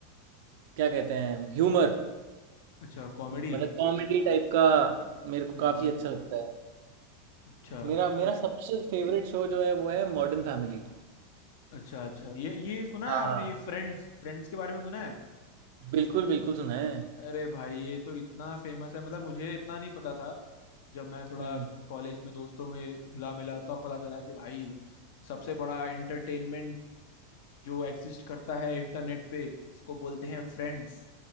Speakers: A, on the right; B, on the left.
A: क्या कहते हैं ह्यूमर
B: अच्छा कॉमेडी
A: मतलब कॉमेडी टाइप का मेरे को
B: हम्म
A: काफ़ी अच्छा लगता है
B: अच्छा
A: मेरा मेरा
B: ये-
A: सबसे फेवरेट शो जो है वो है मॉडर्न फैमिली
B: अच्छा अच्छा ये ये सुना
A: हाँ
B: है आपने ये फ्रेंड्स फ्रेंड्स के बारे में सुना है
A: बिल्कुल, बिल्कुल सुना है।
B: अरे भाई ये तो इतना फेमस है मतलब मुझे इतना नहीं पता था जब मैं थोड़ा
A: हुँ।
B: कॉलेज में दोस्तों में घुला मिला तब पता चला कि भाई सबसे बड़ा एंटरटेनमेंट जो एग्जिस्ट करता है इंटरनेट पे उसको बोलते हैं फ्रेंड्स